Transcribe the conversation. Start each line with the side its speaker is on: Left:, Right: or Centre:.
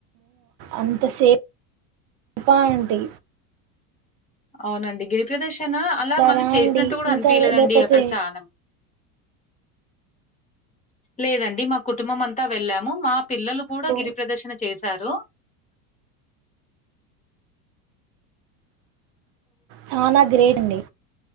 Right: అంత సే పా అండి
Left: అవునండి గిరిప్రదేశ్ నా అలా మళ్ళీ
Right: రా
Left: చేసినట్టు
Right: అండి
Left: కూడా
Right: ఇంకా
Left: అనిపిలేదండి.
Right: లేకపోతే
Left: అక్కడ చాలా లేదండి. మా కుటుంబం అంతా వెళ్ళాము మా పిల్లలు కూడా
Right: ఓ,
Left: గిరి ప్రదర్శన చేస్ సారు
Right: చానా గ్రేట్ అండి.